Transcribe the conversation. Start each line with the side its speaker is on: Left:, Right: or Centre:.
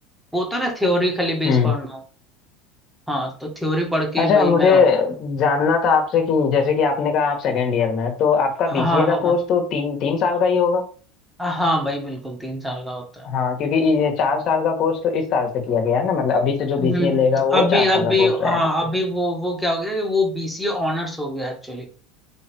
Centre: वो होता ना थ्योरी खाली बेस
Left: हम्म
Centre: पढ़ना हाँ तो थ्योरी पढ़ के
Left: अच्छा
Centre: ही भाई
Left: मुझे
Centre: मैं हाँ
Left: जानना था आपसे कि जैसे कि आपने कहा आप सेकेंड ईयर में हैं, तो आपका
Centre: हाँ
Left: बीसीए का
Centre: हाँ
Left: कोर्स तो तीन तीन साल का ही होगा
Centre: हाँ हाँ भाई बिल्कुल तीन साल का होता है
Left: हाँ क्योंकि ये चार साल का कोर्स तो इस साल से किया गया है ना मतलब अभी से जो बीसीए
Centre: हम्म हम्म,
Left: लेगा वो
Centre: अभी
Left: चार साल
Centre: अभी
Left: का कोर्स रहेगा
Centre: हाँ अभी वो वो क्या हो गया कि वो बीसीए ऑनर्स हो गया एक्चुअली